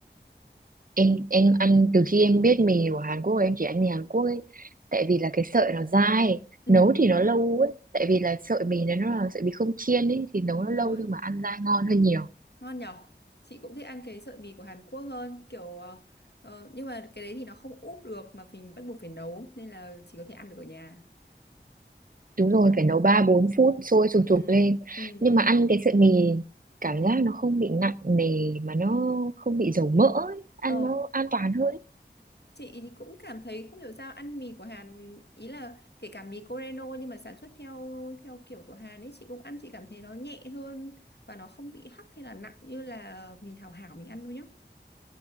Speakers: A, on the right; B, on the left.
A: em em ăn từ khi em biết mì của Hàn Quốc em chỉ ăn mì Hàn Quốc ấy tại vì là cái sợi nó dai
B: ừ
A: nấu thì nó lâu ấy tại vì là sợi mì nó nó là sợi mì không chiên ấy thì nấu
B: đúng
A: nó
B: rồi
A: lâu nhưng mà ăn dai ngon hơn nhiều
B: ngon nhở chị cũng thích ăn cái sợi mì của Hàn Quốc hơn kiểu ờ, ờ, nhưng mà cái đấy thì nó không úp được mà mình bắt buộc phải nấu nên là chỉ có thể ăn được ở nhà
A: đúng rồi phải nấu ba bốn phút sôi sùng
B: ừ
A: sục lên
B: ừ
A: nhưng
B: ừ
A: mà ăn cái sợi mì cảm giác nó không bị nặng nề mà nó không bị dầu mỡ ấy. ăn
B: ờ
A: nó an toàn hơn ấy.
B: chị thì cũng cảm thấy không hiểu sao ăn mì của Hàn ý là kể cả mì Coreno nhưng mà sản xuất theo theo kiểu của Hàn ấy chị cũng ăn chị cảm thấy nó nhẹ hơn và nó không bị hắc hay là nặng như là mì Hảo Hảo mình ăn đâu nhá